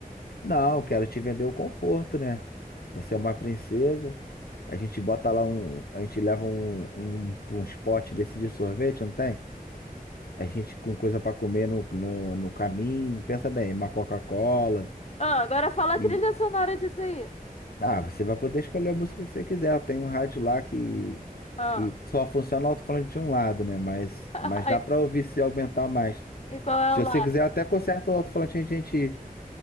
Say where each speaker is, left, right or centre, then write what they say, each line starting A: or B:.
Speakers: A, on the left (about 80°); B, on the left (about 45°).
A: Não, quero te vender o conforto, né? Você é uma princesa. A gente bota lá um, a gente leva um, um, uns potes desse de sorvete, não tem? A gente com coisa pra comer no, no, no caminho. Pensa bem, uma Coca-Cola.
B: Ah, agora fala a
A: E,
B: trilha sonora disso aí.
A: Ah, você vai poder escolher a música que você quiser. Tem um rádio lá que,
B: Ah.
A: que só funciona o alto-falante de um lado, né? Mas,
B: <laughs>
A: mas dá
B: Ai,
A: pra ouvir se aumentar mais.
B: E qual é
A: Se
B: o
A: você
B: lado?
A: quiser, até conserta o alto-falante a gente